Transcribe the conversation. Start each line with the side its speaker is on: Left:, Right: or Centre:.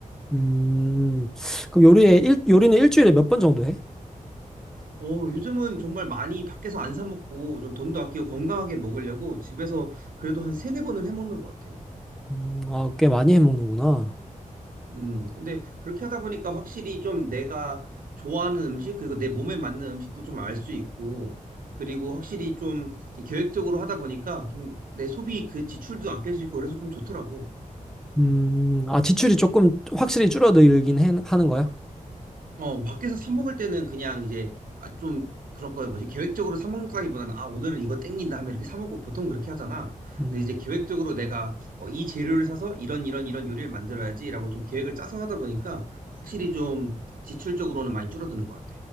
Centre: 음, 그럼 요리에 일, 요리는 일주일에 몇 번 정도 해?
Right: 어, 요즘은 정말 많이 밖에서 안 사 먹고 좀 돈도 아끼고 건강하게 먹으려고 집에서 그래도 한 세네 번은 해 먹는 것 같아.
Centre: 음, 아, 꽤 많이 해 먹는구나.
Right: 음, 근데 그렇게 하다 보니까 확실히 좀 내가 좋아하는 음식, 그리고 내 몸에 맞는 음식도 좀 알 수 있고, 그리고 확실히 좀이 계획적으로 하다 보니까 좀 내 소비 그 지출도 아낄 수 있고 그래서 좀 좋더라고.
Centre: 음, 아, 지출이 조금 확실히 줄어들긴 해- 하는 거야?
Right: 어, 밖에서 사 먹을 때는 그냥 이제 아, 좀 그런 거 뭐지? 계획적으로 사 먹는다기보다는 아, 오늘은 이거 땡긴다 하면 이렇게 사 먹고 보통 그렇게 하잖아.
Centre: 음,
Right: 근데 이제 계획적으로 내가 어, 이 재료를 사서 이런 이런 이런 요리를 만들어야지라고 좀 계획을 짜서 하다 보니까 확실히 좀 지출적으로는 많이 줄어드는 것 같아.